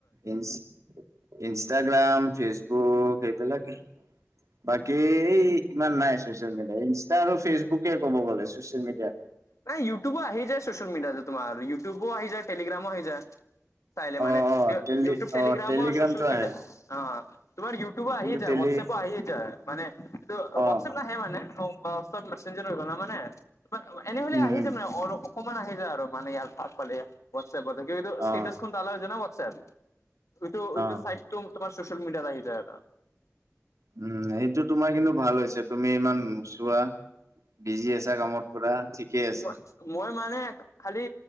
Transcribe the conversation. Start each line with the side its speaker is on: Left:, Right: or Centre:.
Right: ইনষ্- ইনষ্টাগ্ৰাম, ফেচবুক সেইবিলাকে বাকী এই ইমান নাই ছচিয়েল মিডিয়া। ইনষ্টা আৰু ফেচবুকে ক'ব গ'লে ছচিয়েল মিডিয়াত।
Left: নাই, ইউটিউবো আহি যায় ছচিয়েল মিডিয়াতে তোমাৰ। ইউটিউবো আহি যায়, টেলিগ্ৰামো আহি যায়। চাইলে
Right: অ',
Left: মানে।
Right: অ', টেলি
Left: ইউটিউব টেলিগ্ৰামো
Right: অ', টেলিগ্ৰামটো
Left: ছ'চিয়েল মিডিয়া
Right: আহে
Left: অ' তোমাৰ ইউটিউবো
Right: কিন্তু
Left: আহিয়ে যায়
Right: টেলি
Left: হোৱাটছএপো আহিয়ে যায় মানে এইটো
Right: অ',
Left: হোৱাটছএপ নাহে মানে চব মেচেঞ্জাৰ হৈ গ'ল না মানে এনেহলে
Right: উম,
Left: আহি য মানে অলপ অসম আহি যায় আৰু মানে ইয়াৰ <unintelligible> হোৱাটছএপতে। কিন্তু ষ্টেটাছখন
Right: অ',
Left: তালা হৈছে না হোৱাটছএপ। টো
Right: অ',
Left: টো চাইটটো তোমাৰ ছচিয়েল মিডিয়াত আহি যায় এটা।
Right: উম, এইটো তোমাৰ কিন্তু ভাল হৈছে। তুমি ইমান নোচোৱা। বিজি আছা কামত পুৰা? ঠিকেই আছে
Left: মই মই মান মানে খালি